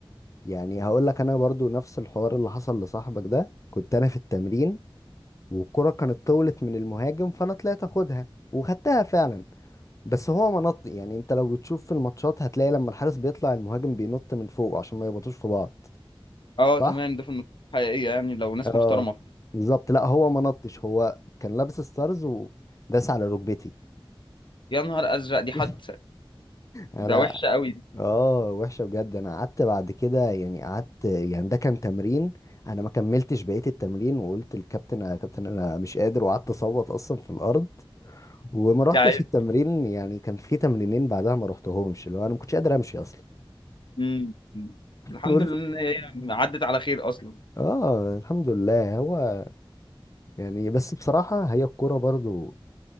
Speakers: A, on the left; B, on the left.
A: يعني هقول لك انا برضو نفس الحوار اللي حصل لصاحبك ده كنت انا في التمرين والكرة كانت طولت من المهاجم فانا طلعت اخدها وخدتها فعلا بس هو منط يعني انت لو بتشوف في الماتشات هتلاقي لما الحارس بيطلع المهاجم بينط من فوق عشان ما يبطوش في بعض
B: اه تمام
A: صح؟
B: ده في النقطة الحقيقية يعني لو ناس
A: اه
B: محترمة
A: بالظبط لا هو ما نطش هو كان لابس ستارز وداس على ركبتي
B: يا نهار ازرق دي
A: <laughs>
B: حادثة
A: انا
B: ده وحشة قوي دي
A: اه وحشة بجد انا قعدت بعد كده يعني قعدت يعني ده كان تمرين انا ما كملتش بقية التمرين وقلت للكابتن يا كابتن انا مش قادر وقعدت اصوت اصلا في الارض وما رحتش
B: يعني
A: التمرين يعني كان في تمرينين بعدها ما رحتهمش اللي هو انا ما كنتش قادر امشي اصلا
B: امم
A: <laughs>
B: الحمد
A: والف-
B: لله ان هي عدت على خير اصلا
A: اه الحمد لله هو يعني بس بصراحة هي الكورة برضو